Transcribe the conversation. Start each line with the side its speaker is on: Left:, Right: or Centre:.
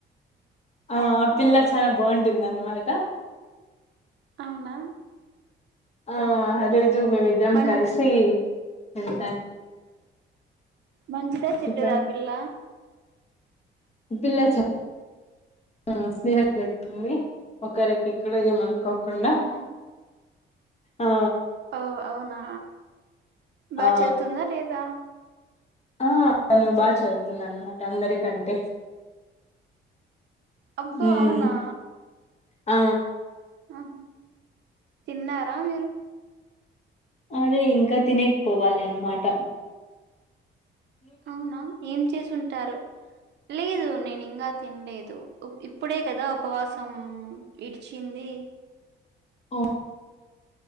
Left: ఆ ఆ పిల్ల చాలా బాగుంటుంది అన్నమాట
Right: అవునా
Left: ఆ అదే జు మేమిద్దం
Right: మంచి
Left: కలిసి అది
Right: మంచిదా చెడ్డదా
Left: చెప్పండి
Right: అ పిల్ల
Left: పిల్ల చెప్పు స్నేహితులకి ఒకరికి ఇక్కడ ఏమనా కోకుండా
Right: అవునా
Left: ఆ
Right: ఓ అవునా బాగా
Left: ఆ
Right: చదువుతుందా లేదా
Left: ఆ నువు బాగా చదువుతుంది అనమాట అందరికంటే
Right: అబ్బ
Left: ఉమ్
Right: అవునా
Left: ఆ
Right: ఆహ తిన్నారా మీరు
Left: అదే ఇంకా తినేకి పోవాలి అన్నమాట
Right: అవునా ఏం చేసున్ టారు లేదు నేను ఇంగా తినలేదు ఇప్పుడే కదా ఉపవాసం ఇడిచింది
Left: ఓ